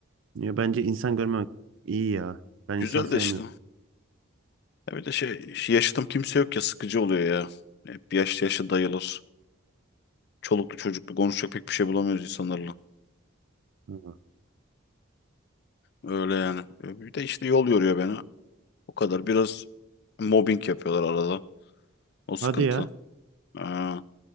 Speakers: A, on the right; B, on the left.
A: Ya bence insan görmemek iyi ya. Ben
B: Güzel
A: insan sevmiyorum.
B: de işte. Öyle şey yaşıtım kimse yok ya sıkıcı oluyor ya. Hep yaşlı yaşlı dayılar. Çoluklu çocuklu konuşacak pek bir şey bulamıyoruz insanlarla.
A: Hı.
B: Öyle yani. E, Bir de işte yol yoruyor beni. O kadar. Biraz mobbing yapıyorlar arada. O sıkıntı.
A: Hadi ya.
B: Aa,